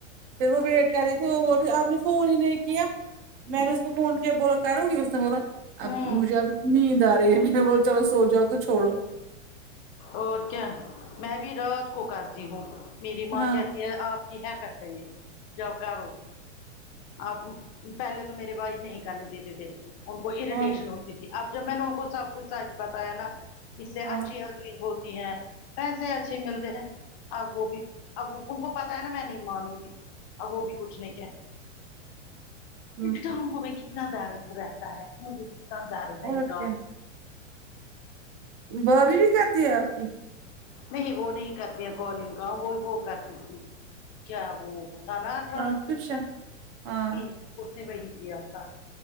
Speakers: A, on the right; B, on the left.
A: پھر وہ ویٹ کر رہے تھی اپپنے فون ہی نہیں کیا میں نے اس کو فون کیا بولا کروں گی اس نے بولا اب
B: ہمم
A: مجھے اب نیند نیند ارہی ہے میں نے بول چلو سو جاؤ تو چھوڑو
B: اور کیا میں بھی رات کو کرتی ہوں میری
A: ہاں
B: ماں کہتی آپ کی حرکت ہے یہ جوکاروں آپ پہلے تو میرے بھائی نہیں کرنے دیتے تھے ان کو اریٹیشن
A: ہاں
B: ہوتی تھی اب جب میں نے ان کو سب کچھ سچ بتایا نا اس سے
A: ہاں
B: اچھی ہرننگ ہوتی ہے پیسے اچھے ملتے ہیں اب وہ بھی اب ان کو پتا ہے نا میں نہیں مانوں گی اب وہ بھی کچھ نہیں کہتے
A: ہم،
B: انٹروں کو بھی کتنا دارد رہتا ہے مجھے کتنا دارد
A: اور
B: ہے انٹر
A: کیا بھابی بھی کرتی ہے آپ کی
B: نہیں وہ نہیں کرتی ہے کال ان کا وہ وہ کرتی تھی کیا وہ سناتان
A: ٹرانسکرپشن
B: اسکپشن
A: ہاں
B: ہ اس نے وہی کیا تھا